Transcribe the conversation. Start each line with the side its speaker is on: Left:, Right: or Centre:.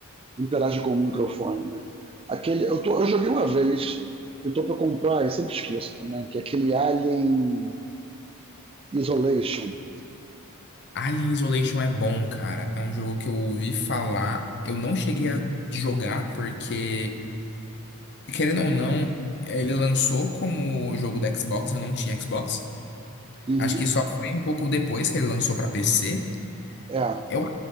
Right: interagem com o microfone, né? Aquele, eu, tô, eu joguei uma vez, eu tô pra comprar, eu sempre esqueço também, que é aquele Alien Isolation.
Left: Alien Isolation é bom, cara. É um jogo que eu ouvi falar. Eu não cheguei a jogar porque, querendo ou não, ele lançou como jogo da Xbox, eu não tinha Xbox.
Right: Uhum.
Left: Acho que só foi um pouco depois que ele lançou pra PC.
Right: É,
Left: Eu